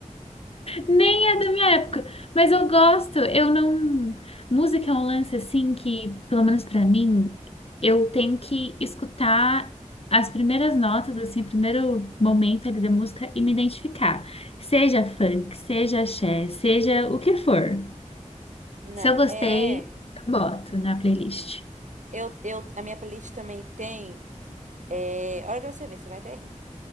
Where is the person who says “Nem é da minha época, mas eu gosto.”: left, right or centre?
Left